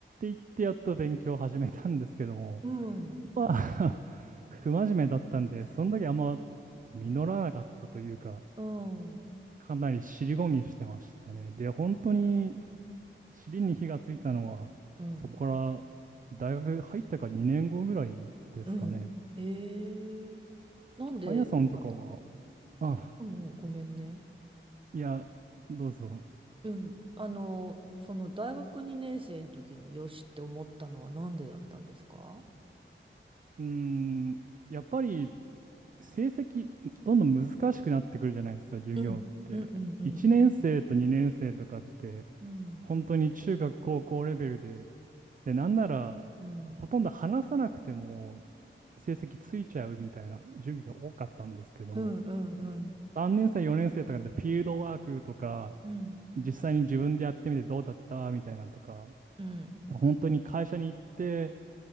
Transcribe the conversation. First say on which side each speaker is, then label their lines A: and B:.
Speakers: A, on the right; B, on the right.
A: 言ってやっと勉強を始めたんですけども、
B: うん。うん。
A: まあ <laughs> 不真面目だったんで、その時あんま実らなかったというか、
B: うん。
A: かなり尻込みしてましたね。で、本当に尻に火がついたのは、
B: うん。
A: そこから大学入ったか2年後ぐらいですかね。
B: うんへえ。なんで、
A: あやさんとかは、
B: また。
A: あ、
B: うんうん。ごめんね。
A: いや、どうぞ。
B: うん。あの、その大学2年生の時によしって思ったのはなんでだったんですか
A: うーん、やっぱり成績、どんどん難しくなってくるじゃないですか、授業って。
B: うん。うんうんうん。
A: 1年生と2年生とかって、
B: うん。
A: 本当に中学、高校レベルで、で、なんなら、
B: うん。
A: ほとんど話さなくても、成績ついちゃうみたいな授業が多かったんですけども、
B: うんうんうん。
A: 3年生、4年生とかでフィールドワークとか、
B: うん。
A: 実際に自分でやってみてどうだったみたいなのとか、
B: うん。
A: 本当に会社に行って